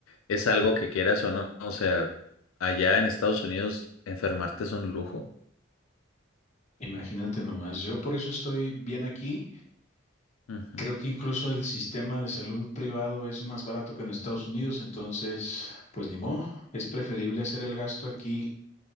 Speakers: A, on the left; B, on the left.
A: es algo que quieras o no, o sea, allá en Estados Unidos enfermarte es un lujo.
B: Imagínate nomás, yo por eso estoy bien aquí
A: Ujú.
B: Creo que incluso el sistema de salud privado es más barato que en Estados Unidos, entonces, pues ni modo, es preferible hacer el gasto aquí